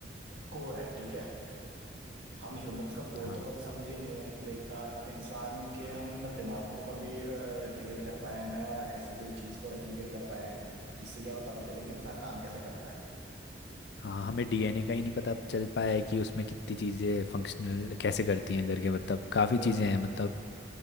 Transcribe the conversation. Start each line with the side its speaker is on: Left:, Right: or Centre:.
Right: कोर है ठीक है हम ह्यूमंस का कोर
Left: हाँ
Right: तो कभी समझे ही नहीं है लाइक इंसान के हम ना दिमाग को कभी रेप्लिकेट कर पाए ना ऐसी कोई चीज को रेप्लिकेट कर पाए हैं, जिससे कि हमें पता चले कि इंसान काम कैसे करता है
Left: हाँ हमें डीएनए का ही नहीं पता चल पाया है कि उसमें कितनी चीज़ें फंक्शनल कैसे करती हैं करके मतलब काफ़ी
Right: वो
Left: चीज़ें हैं मतलब